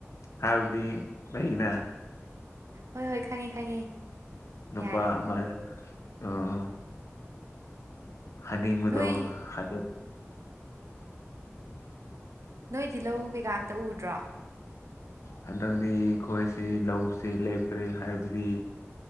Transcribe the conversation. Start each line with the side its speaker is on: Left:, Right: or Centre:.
Left: ꯍꯥꯏꯕꯗꯤ ꯑꯩꯅ
Right: ꯍꯣꯏ ꯍꯣꯏ ꯈꯪꯉꯤ ꯈꯪꯉꯦ
Left: ꯅꯨꯄꯥ
Right: ꯌꯥꯔꯦ
Left: ꯃꯥ ꯎꯝ ꯍꯅꯤꯃꯗꯨꯣ꯭ꯔꯗ
Right: ꯅꯣꯏ ꯅꯣꯏꯗꯤ ꯂꯧ ꯀꯩꯀꯥ ꯑꯇ ꯎꯗ꯭ꯔꯣ
Left: ꯍꯟꯗꯛꯇꯗꯤ ꯑꯩꯈꯣꯏꯁꯤ ꯂꯧꯁꯤ ꯂꯦꯞꯈ꯭ꯔꯦ ꯍꯥꯏꯕꯗꯤ